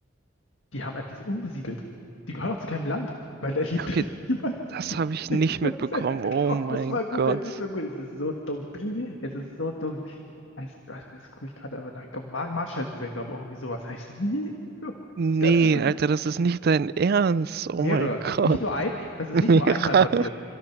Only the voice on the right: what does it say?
Okay,
das
habe ich
nicht mitbekommen. Oh
mein
Gott.
Nee,
Alter, das ist nicht dein Ernst. Oh
mein Gott.
<laughs>
Mira.